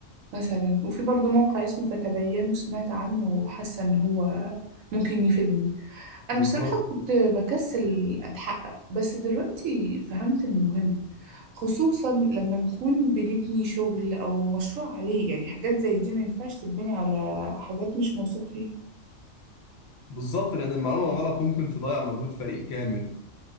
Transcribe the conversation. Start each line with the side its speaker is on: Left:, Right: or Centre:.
Right: مثلا وفي برضو موقع اسمه فتبينوا سمعت عنه وحاسة إن هو ممكن يفيدني انا
Left: بالظبط
Right: بصراحة كنت بكسل اتحقق بس دلوقتي فهمت انه مهم خصوصا لما نكون بنبني شغل او مشروع عليه يعني حاجات زي دي ما ينفعش تتبني على حاجات مش موثوق فيها
Left: بالظبط لأن المعلومة غلط ممكن تضيع مجهود فريق كامل